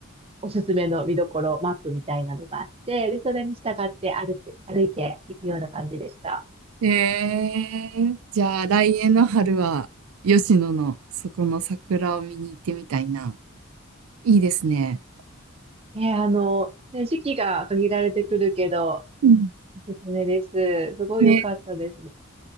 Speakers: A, on the right; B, on the right.
A: おすすめの見どころ、マップみたいなのがあって、で、それに従って歩って、歩いていくような感じでした。
B: えー、じゃあ来年の春は吉野のそこの桜を見に行ってみたいな。いいですね。
A: えー、あの、ね時期が限られてくるけど、
B: うん。
A: おすすめです。すごい良かったです。
B: ね。